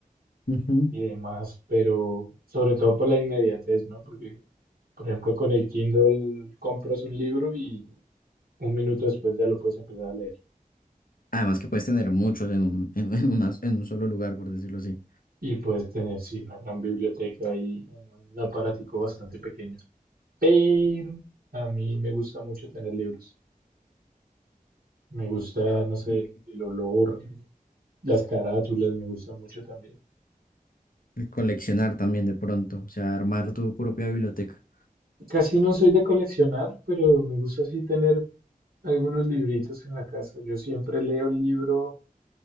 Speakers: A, on the left (about 70°); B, on the right (about 70°).
A: Ujú.
B: y demás, pero sobre todo por la inmediatez, ¿no? Porque, por ejemplo, con el Kindle compras un libro y un minuto después ya lo puedes empezar a leer.
A: Además que puedes tener muchos en un, en, en una- en un solo lugar, por decirlo así.
B: Y puedes tener, sí, una gran biblioteca y un aparatico bastante pequeño. Pero a mí me gusta mucho tener libros. Me gusta, no sé,
A: Ok.
B: el olor, Las carátulas me gustan mucho también.
A: Y coleccionar también de pronto, o sea, armar tu propia biblioteca.
B: Casi no soy de coleccionar, pero me gusta así tener algunos libritos en la casa. Yo siempre leo el libro